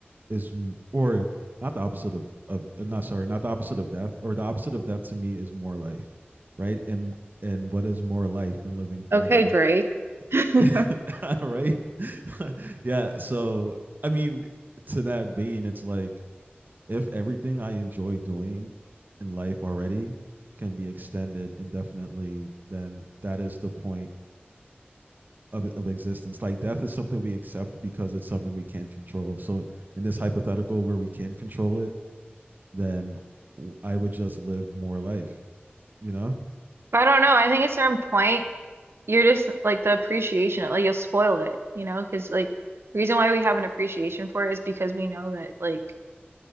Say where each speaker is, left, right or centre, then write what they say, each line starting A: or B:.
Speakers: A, on the right (about 50°); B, on the right (about 75°).
A: is or not the opposite of of uh, not sorry, not the opposite of death or the opposite of death to me is more life, right? And and what is more life than living forever?
B: Okay, Drake. <laughs>
A: <laughs> right? <laughs> yeah, so I mean, to that vein, it's like if everything I enjoy doing in life already can be extended indefinitely, then that is the point of, of existence. Like death is something we accept because it's something we can't control. So in this hypothetical where we can control it, then I would just live more life, you know?
B: But I don't know. I think at a certain point, you're just like the appreciation, like you'll spoil it, you know, because like the reason why we have an appreciation for it is because we know that like